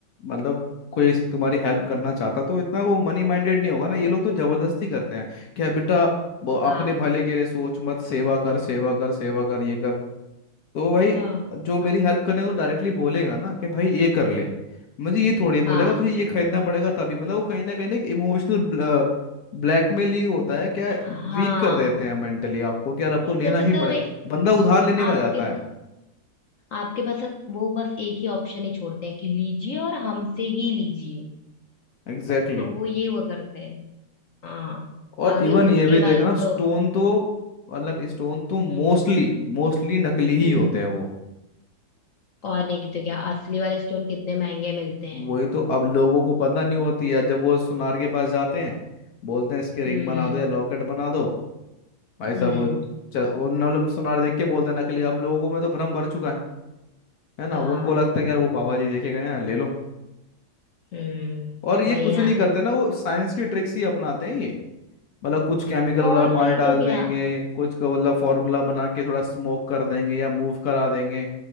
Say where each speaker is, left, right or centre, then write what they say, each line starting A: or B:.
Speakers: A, on the left; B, on the left.
A: मतलब कोई इस- तुम्हारी हेल्प
B: <laughs>
A: करना चाहता तो इतना वो मनी माइंडेड नहीं होगा ना ये लोग तो जबरदस्ती करते हैं कि बेटा ब- अपने
B: हाँ
A: भले के लिए सोच मत सेवा कर सेवा कर सेवा कर ये कर तो भाई
B: हाँ
A: जो मेरी
B: हाँ
A: हेल्प कर रहे हैं तो डायरेक्टली बोलेगा ना कि भाई ये कर ले मुझे ये थोड़ी बोलेगा
B: हाँ
A: तुझे ये खरीदना पड़ेगा तभी मतलब वो कहीं ना कहीं ना एक इमोशनल ब्लैकमेल ही होता है क्या
B: हाँ
A: वीक कर देते हैं मेंटली आपको कि यार
B: ठीक
A: आपको लेना
B: कर देते
A: ही
B: हैं
A: पड़े
B: और ए-
A: बंदा उधार लेने
B: आपके
A: पर जाता
B: पास
A: है
B: आपके पास अब वो बस एक ही ऑप्शन ही छोड़ते हैं कि लीजिए और हमसे ही लीजिए
A: एग्जैक्टली
B: <laughs> वो ये वो करते हैं हाँ
A: और
B: बाकी
A: इवन ये
B: उसके
A: भी
B: बाद
A: देखना स्टोन
B: तो
A: तो मतलब स्टोन तो मोस्टली
B: हम्म
A: मोस्टली नकली ही
B: हम्म
A: होते हैं वो
B: और नहीं तो क्या असली वाले स्टोन कितने महंगे मिलते
A: वही
B: हैं
A: तो अब लोगों को पता नहीं होती है जब वो सुनार के पास जाते हैं बोलते हैं इसकी रिंग
B: हम्म
A: बना दो या लॉकेट बना दो भाई साहब
B: हम्म
A: वो चल वो मतलब सुनार देख के बोलते हैं नकली अब लोगों में तो भ्रम भर चुका है है ना
B: हाँ
A: उनको लगता है कि यार वो बाबा जी देखे गए हैं ले लो
B: हम्म
A: और ये
B: वही
A: कुछ
B: ना
A: नहीं करते ना वो साइंस की ट्रिक्स ही अपनाते हैं ये मतलब कुछ केमिकल वगैरह
B: और
A: पानी
B: नहीं
A: डाल
B: तो क्या
A: देंगे कुछ का मतलब फार्मूला बना के थोड़ा स्मोक कर देंगे या मूव करा देंगे